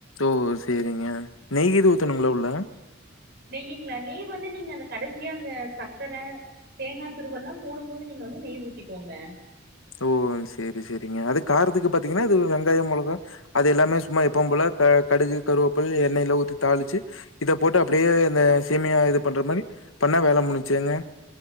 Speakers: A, on the left; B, on the right.
A: ஓ சேரிங்க நெய்கீது ஊத்தணுங்களா
B: உங்களுக்கு
A: உள்ள
B: நெய்யுங்களா நெய் வந்து நீங்க அந்த கடைசியா அந்த சக்கர தேங்கா துருவல்லா போடும்போது நீங்க வந்து நெய் ஊத்திக்கோங்க
A: ஓ சேரி சேரிங்க அது காரத்துக்கு பாத்தீங்கனா அது வெங்காயோ மெளகா அது எல்லாமே சும்மா எப்பவுபோல க கடுகு கருவேப்பல் எண்ணெய்லா ஊத்தி தாளிச்சி இத போட்டு அப்டியே இந்த சேமியா இது பண்ற மாரி பண்ணா வேல முடிஞ்சி ஏங்க